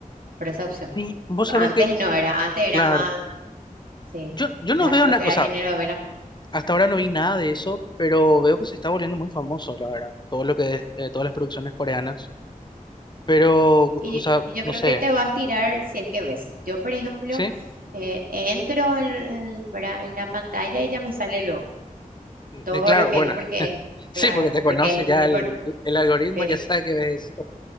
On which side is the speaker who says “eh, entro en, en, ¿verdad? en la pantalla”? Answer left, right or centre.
Right